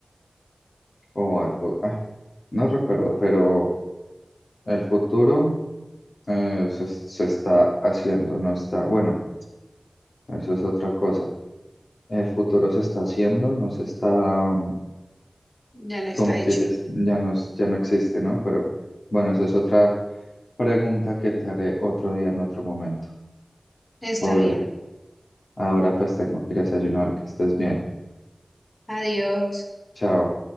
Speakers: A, on the left; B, on the left.
A: O al fu- ah, no recuerdo, pero el futuro eh, se, se está haciendo, no está. Bueno, eso es otra cosa. El futuro se está haciendo, no se está mm,
B: ya no está
A: como
B: hecho.
A: que ya, es- ya no, es- ya no existe, ¿no? Pero bueno, eso es otra pregunta que te haré otro día en otro momento.
B: Está
A: Por
B: bien,
A: ahora pues tengo que ir a desayunar, que estés bien.
B: adiós.
A: Chao.